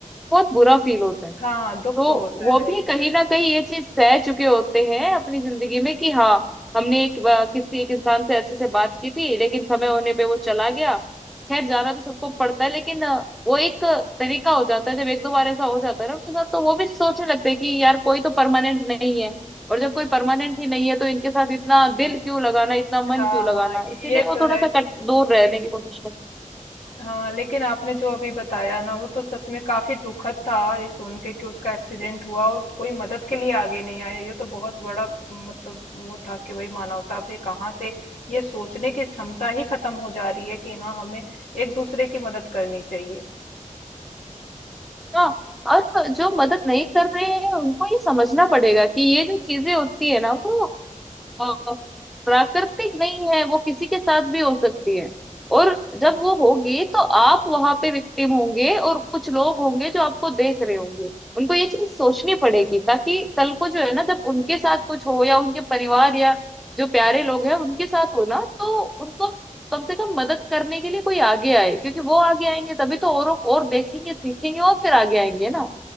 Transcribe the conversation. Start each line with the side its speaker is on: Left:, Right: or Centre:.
Centre: बहुत बुरा फील होता है
Left: हाँ दुख
Centre: तो
Left: तो होता
Centre: वो
Left: है
Centre: भी
Left: ये तो
Centre: कहीं
Left: है
Centre: ना कहीं ये चीज सह चुके होते हैं अपनी जिंदगी में कि हाँ हमने एक अ, किसी एक इंसान से अच्छे से बात की थी लेकिन समय होने पे वो चला गया खैर जाना तो सबको पड़ता है लेकिन अ, वो एक तरीका हो जाता है जब एक दो बार ऐसा हो जाता है ना उनके साथ तो वो भी सोचने लगते हैं कि यार कोई तो परमानेंट नहीं है और जब कोई परमानेंट ही नहीं है तो इनके साथ इतना दिल क्यों लगाना इतना मन
Left: हाँ
Centre: क्यों लगाना
Left: हाँ ये
Centre: इसीलिए
Left: ये
Centre: वो
Left: तो
Centre: थोड़ा
Left: है
Centre: सा कट दूर रहने की कोशिश करते हैं
Left: हाँ लेकिन आपने जो अभी बताया ना वो तो सच में काफी दुखद था ये सुन के कि उसका एक्सीडेंट हुआ और कोई मदद के लिए आगे नहीं आया ये तो बहुत बड़ा मतलब वो था कि भाई मानवता भी कहाँ से ये सोचने की क्षमता ही खत्म हो जा रही है कि हाँ हमें एक दूसरे की मदद करनी चाहिए
Centre: हाँ और जो मदद नहीं कर रहे हैं उनको ये समझना पड़ेगा कि ये जो चीजें होती है ना वो अ, प्राकृतिक नहीं है वो किसी के साथ भी हो सकती है और जब वो होगी तो आप वहां पे विक्टिम होंगे और कुछ लोग होंगे जो आपको देख रहे होंगे उनको ये चीज सोचनी पड़ेगी ताकि कल को जो है ना जब उनके साथ कुछ हो या उनके परिवार या जो प्यारे लोग हैं उनके साथ हो ना तो उनको कम से कम मदद करने के लिए कोई आगे आए क्योंकि वो आगे आएंगे तभी तो और और देखेंगे सीखेंगे और फिर आगे आएंगे ना